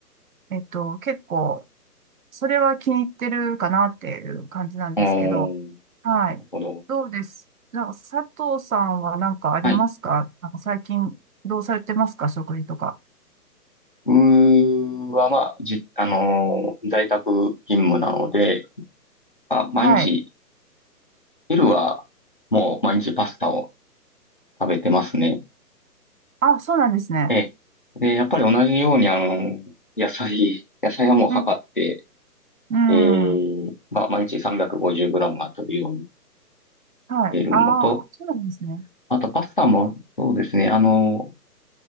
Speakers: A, on the right; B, on the left.
A: えっと、結構、それは気に入ってるかなっていう感じなんですけど、
B: おー、
A: はい。
B: なるほど。
A: どうですなんか佐藤さんは何かありますかなんか最近どうされてますか食事とか。
B: はい。うーは、まあ、じ、あのー在宅勤務なので、まあ、毎日、
A: はい。
B: 昼は、もう毎日パスタを食べてますね。
A: あ、そうなんですね。
B: ええ。で、やっぱり同じように、あの、野菜、野菜はもう測って、
A: うん。うん。
B: ええ、まあ、毎日 350g は取るようにし
A: はい。
B: ているのと、
A: ああ、そうなんですね。
B: あとパスタも、そうですね、あの、